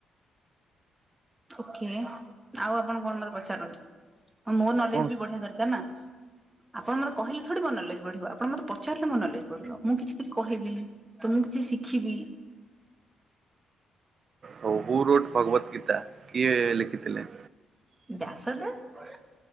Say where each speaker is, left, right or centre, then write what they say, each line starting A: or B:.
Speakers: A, on the right (about 20°); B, on the right (about 45°).
A: ଓକେ ଆଉ ଆପଣ କଣ ମତେ ପଚାରନ୍ତୁ? ଆଉ ମୋର ନଲେଜ୍
B: କଣ?
A: ବି ବଢିଆ ଦରକାର୍ ନା। ଆପଣ ମତେ କହିଲେ ଥଡି ମୋ ନଲେଜ୍ ବଢିବ ଆପଣ ମତ ପାଚାରିଲେ ମୋ ନଲେଜ୍ ବଢିବ ମୁଁ କିଛି କିଛି କହିବି ତ ମୁଁ କିଛି ଶିଖିବି।
B: ହୋଉ ଉରୋଟ ଭଗବତ୍ ଗୀତା କିଏ ଲେଖିଥିଲେ?
A: ବ୍ୟାସଦେବ୍।